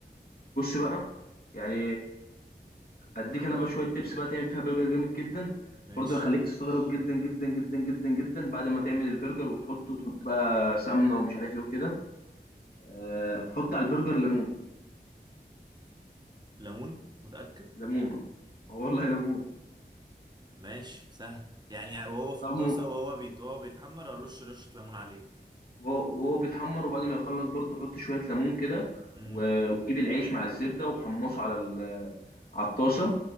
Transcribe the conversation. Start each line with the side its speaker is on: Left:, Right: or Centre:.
Left: بص بقى يعني اديك انا بقى شويه تبس بقى تعمل فيها برجر جامد جدا
Right: ماشي
Left: برضه هخليك تستغرب جدا جدا جدا جدا جدا بعد ما تعمل البرجر وتحطه وتحط بقى سمنه ومش عارف ايه وكده آه، حط على البرجر ليمون
Right: ليمون متأكد
Left: ليمون اه والله ليمون
Right: ماشي سهل يعني وهو في
Left: طعمه
Right: الطاسه وهو بيت وهو بيتحمر ارش رشه ليمون عليه
Left: وهو وهو بيتحمر وبعد ما يخلص برضه حط شوية ليمون كده
Right: امم
Left: و- وجيب العيش مع الزبدة وحمصه على ال- على الطاسة